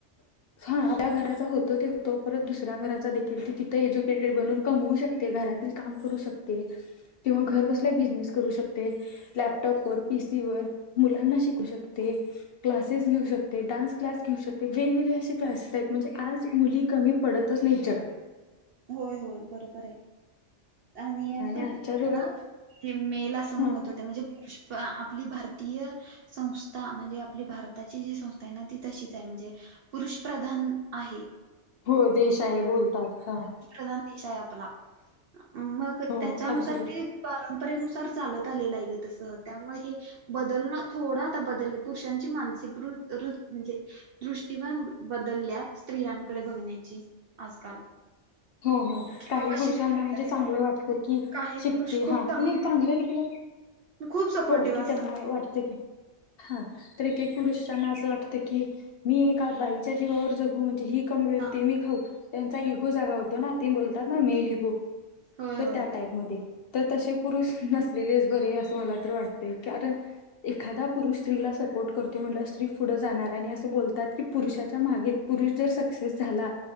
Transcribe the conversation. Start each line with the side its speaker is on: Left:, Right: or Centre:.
Left: हा आपल्या घराचा होतो ते होतो परत दुसऱ्या घराचा देखील त तिथं एज्युकेटेड बनून कमवू शकते घरातील काम करू शकते किंवा घर
Right: हा,
Left: कसल्या बिझनेस करू शकतो लॅपटॉप वर पीसी वर मुलांना शिकू शकते क्लासेस घेऊ शकते डान्स क्लास घेऊ शकते वेगवेगळे अशे क्लासेस आहेत म्हणजे आज मुली कमी पडतच नाहीत जगात
Right: होय होय बरोबर आहे आणि तुम
Left: आजच्या जगात
Right: ना ते मेल अस
Left: हा
Right: म्हणत होते म्हणजे पुरुष आपली भारतीय संस्था म्हणजे आपली भारताची जी संस्था आहे ना ती तशीच आहे म्हणजे पुरुष प्रधान आहे
Left: हो देश आहे बोलतात हा
Right: देशा आहे आपला मग
Left: हो
Right: त्याच्यानुसार
Left: अगदी बर
Right: ते परंपरेनुसार चालत आलेलं आहे ग तसं त्यामुळे हे बदलणं थोडं आता बदलले पुरुषांची मानसिक म्हणजे दृष्टी पण बदलल्या स्त्रियांकडे बघण्याची आजकाल
Left: हो हो
Right: कि
Left: काही
Right: बाबा
Left: पुरुषांना
Right: शिकू दे
Left: म्हणजे
Right: असं
Left: चांगलं वाटत की
Right: काही
Left: शिकते
Right: पुरुष खूप
Left: हा
Right: चांगले
Left: नाही
Right: वागतात
Left: चांगलं देखील
Right: खूप सपोर्टिव्ह
Left: हो कि
Right: असतात
Left: त्यांना
Right: ते.
Left: वाटत की हा तर एक एक पुरुषांना असं वाटतं की मी एका बाईच्या जीवावर जगू म्हणजे ही कमवेल
Right: हा
Left: ते मी खाऊ त्यांचा इगो जागा होतो ना ते बोलतात ना मेल ईगो
Right: होय
Left: तर
Right: होय.
Left: त्या टाईपमध्ये तर तसे पुरुष नसलेलेच बरे असं मला तर वाटतय कारण एखादा पुरुष स्त्रीला सपोर्ट करतो म्हणल्यावर स्त्री पुढं जाणार आणि अस बोलतात की पुरुषाच्या मागे पुरुष जर सक्सेस झाला